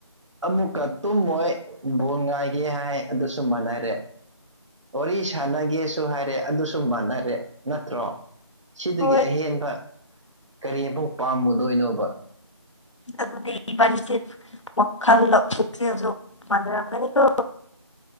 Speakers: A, on the right; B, on the left.
A: ꯑꯃꯨꯛꯀ ꯇꯨꯝꯃꯣꯏ ꯕꯣꯟ ꯉꯥꯏꯒꯦ ꯍꯥꯏ ꯑꯗꯨꯁꯨ ꯃꯥꯟꯅꯔꯦ ꯋꯥꯔꯤ ꯁꯥꯟꯅꯒꯦꯁꯨ ꯍꯥꯏꯔꯦ ꯑꯗꯨꯁꯨ ꯃꯥꯟꯅꯔꯦ ꯅꯠꯇ꯭ꯔꯣ ꯁꯤꯗꯒꯤ
B: ꯍꯣꯏ
A: ꯑꯍꯦꯟꯕ ꯀꯔꯤ ꯑꯃꯨꯛ ꯄꯥꯝꯃꯨꯗꯣꯏꯅꯣꯕ
B: ꯑꯗꯨꯗꯤ ꯏꯕꯅꯤꯁꯦ ꯋꯥꯜꯂ ꯄꯨꯛꯆꯦꯜꯁꯨ ꯃꯅꯔꯝꯒꯅꯤ ꯀꯣ